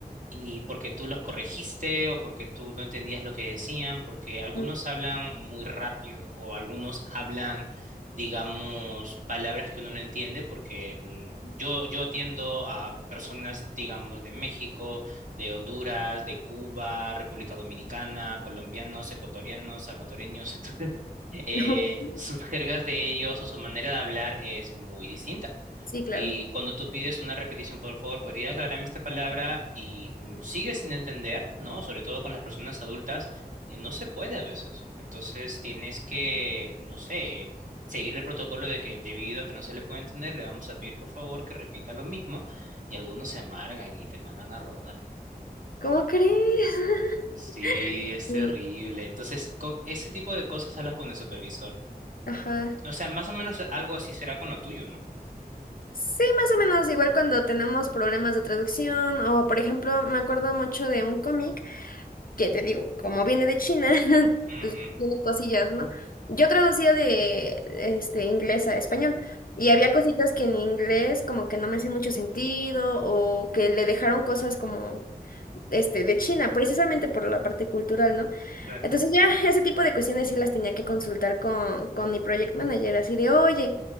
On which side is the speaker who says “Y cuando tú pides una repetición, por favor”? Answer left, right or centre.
Right